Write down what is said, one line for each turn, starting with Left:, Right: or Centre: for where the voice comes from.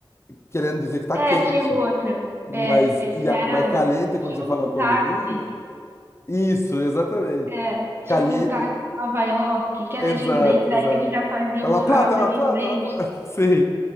Left: Querendo dizer que tá
Right: É,
Left: quente.
Right: tinha um outro.
Left: Mas,
Right: É, esse
Left: e a-
Right: já
Left: mas
Right: era outro.
Left: caliente é
Right: Tinha
Left: quando você fala
Right: um de
Left: pro
Right: um táxi.
Left: menino. né? Isso, exatamente.
Right: É, tinha
Left: Caliente
Right: um de um táxi em Nova York, que era
Left: Exato,
Right: de inglês, daí
Left: exato.
Right: eles já faziam
Left: Tá La Plata,
Right: a aula
Left: La
Right: de
Left: Plata,
Right: inglês.
Left: La Plata. <laughs> Sim.